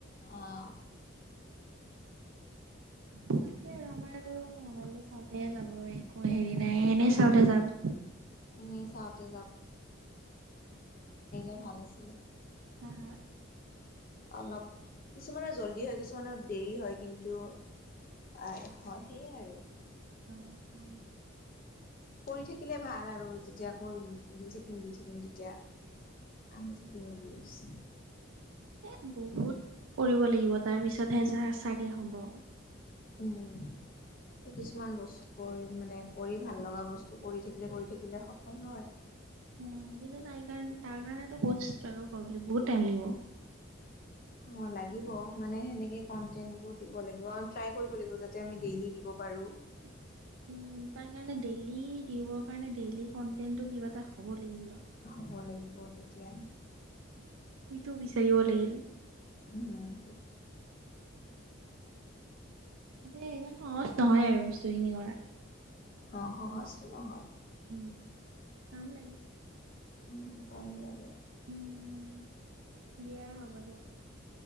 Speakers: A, on the left; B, on the right.
A: আহ
B: তাকে আৰু আমাৰ আৰু চাওঁতে যাব একো হেৰি নাই এনেই চাওঁতে যাব
A: এনেই চাওঁতে ে ভাল আছিলে
B: হ হ
A: অলপ কিছুমানৰ জল্দি হয় কিছুমানৰ দেৰি হয় কিন্তু আ হয় সেইয় আৰু
B: উম উম
A: কৰি থাকিলে ভাল আৰু যেতিয়া কৰি দি থাকিম দি থাকিম তেতিয়া আহি থাকিব ভিউজ
B: এ বহুত কৰিব লাগিব তাৰ পিছতহে যা চাগে হ'ব
A: উম কিছুমান বস্তু কৰি মানে কৰি ভাল লগা বস্তু কৰি থাকিলে কৰি থাকিলে সফল হয়
B: উ কিন্তু তাই কাৰণে তাৰ কাৰণে বহুত ষ্টল লাগিব বহুত াইম লাগিব
A: অঁ লাগিব মানে সেনেকৈ কণ্টেণ্টবোৰ দিব লাগিব ট্ৰাই কৰিব লাগিব যাতে আমি ডেইলি দিব পাৰোঁ
B: উ উ তাৰ কাৰণে ডেইলি দিব কাৰণে ডেইলি কটেটো কিবা এটা হব লাগিল ন
A: হ'ব লাগিব তেতিয়াই
B: সেইটো বিচাৰিব লাগিল
A: উম
B: এ ইমান সহজ নহয় আৰু বস্তুখিনি কৰা
A: অ সহজটো নহয়
B: উম তল
A: উম টাইম লাগে
B: উম দিয়া হ'ব দিয়া